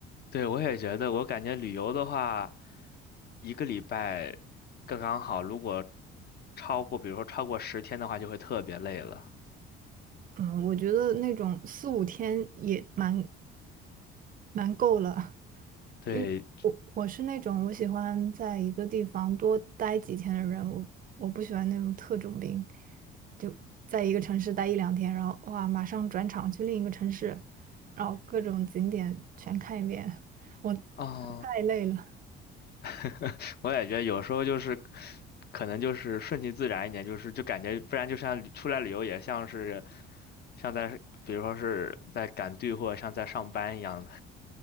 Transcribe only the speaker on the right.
嗯，我觉得那种四五天也蛮蛮够了，
因为我我是那种我喜欢在一个地方多待几天的人，我我不喜欢那种特种兵，就在一个城市待一两天，然后哇，马上转场去另一个城市，然后各种景点全看一遍，我
太累了。